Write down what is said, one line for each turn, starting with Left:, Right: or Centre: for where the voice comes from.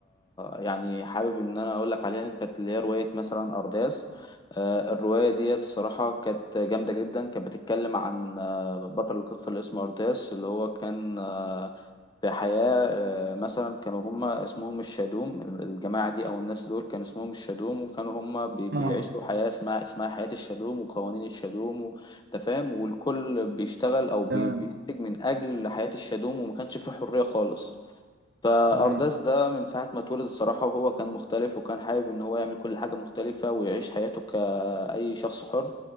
Left: يعني حابب إن أنا أقول لك عليها كانت اللي هي رواية مثلا أرداس آه، الرواية دي الصراحة كانت جامدة جدا كانت بتتكلم عن آه، بطل القصة اللي اسمه أرداس اللي هو كان آه، في حياة آه، مثلا كانوا هما اسمهم الشادوم الجماعة دي أو الناس دول كان اسمهم الشادوم وكانوا هما بي- بيعيشوا
Right: اه
Left: حياة اسمها اسمها حياة الشادوم وقوانين الشادوم و- أنت فاهم والكل بيشتغل أو بي-
Right: تمام
Left: بينتج من أجل حياة الشادوم وما كانش فيه حرية خالص فأرداس
Right: تمام
Left: ده من ساعة ما اتولد الصراحة وهو كان مختلف وكان حابب إن هو يعمل كل حاجة مختلفة ويعيش حياته كأي شخص حر